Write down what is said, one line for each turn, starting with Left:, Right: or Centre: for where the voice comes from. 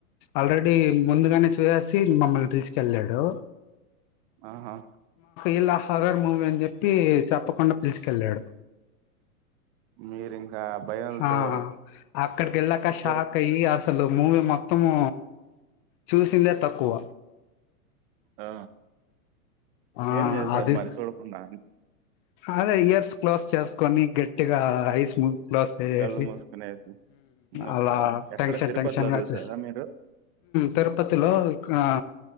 Left: ఆల్రెడీ ముందుగానే చూసేసి మమ్మల్ని పిల్చుకెళ్ళాడు
Right: ఆహా
Left: ఇలా ఫాదర్ మూవీ అని చెప్పి చెప్పకుండా పిల్చుకెళ్ళాడు
Right: మీరింకా భయంతో
Left: ఆహా అక్కడికెళ్ళాక షాక్
Right: జర్కి
Left: అయ్యి అసలు మూవీ మొత్తము చూసిందే తక్కువ
Right: ఆ
Left: ఆ
Right: ఏం చేసారు
Left: అది
Right: మరి చూడకుండా
Left: అదే ఇయర్స్ క్లోజ్ చేసుకొని గట్టిగా ఐస్ క్లోజ్ చేసేసి
Right: కళ్ళు మూసుకునేసి ఓకే
Left: అలా
Right: ఓకే ఎక్కడ
Left: టెన్షన్
Right: తిరుపతిలో
Left: టెన్షన్ గా
Right: చూసారా
Left: చూస
Right: మీరు
Left: తిరుపతిలో ఇకా